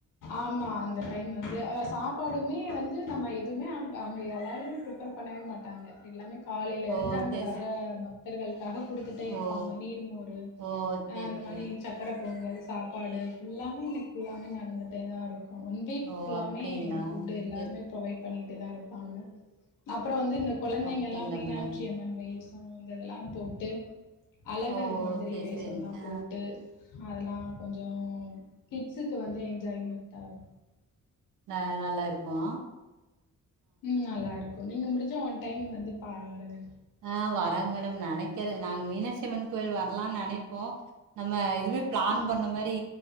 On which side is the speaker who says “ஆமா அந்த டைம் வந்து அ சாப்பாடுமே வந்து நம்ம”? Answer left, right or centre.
Left